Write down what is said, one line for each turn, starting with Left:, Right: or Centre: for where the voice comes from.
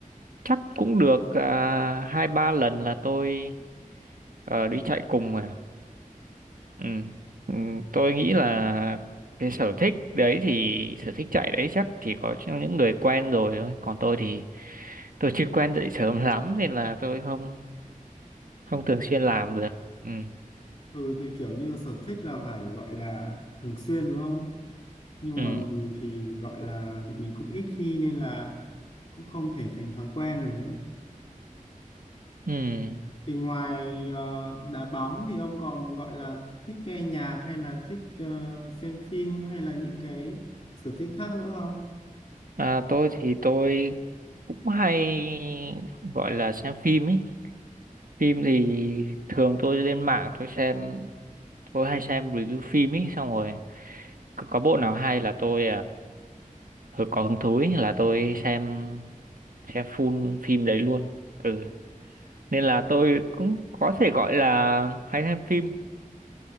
Right: chắc cũng được à, hai ba lần là tôi ờ, đi chạy cùng mà ừ. Ừ, tôi nghĩ là cái sở thích đấy thì sở thích chạy đấy chắc chỉ có cho những người quen rồi thôi còn tôi thì tôi chưa quen dậy sớm lắm nên là tôi không không thường xuyên làm được ừ.
Left: ừ thì kiểu như sở thích là phải gọi là thường xuyên đúng không nhưng
Right: Ừ.
Left: mà mình thì gọi là mình cũng ít khi nên là cũng không thể thành thói quen nữa ấy.
Right: Ừ.
Left: Thì ngoài ờ, đá bóng thì ông còn gọi là thích nghe nhạc hay là thích ờ, xem phim hay là những cái sở thích khác nữa không?
Right: À, tôi thì tôi cũng hay gọi là xem phim ấy phim thì thường tôi lên mạng tôi xem tôi hay xem review phim ấy xong rồi có, có bộ nào hay là tôi uh, có hứng thú ý, là tôi xem xem full phim đấy luôn ừ nên là tôi cũng có thể gọi là hay xem phim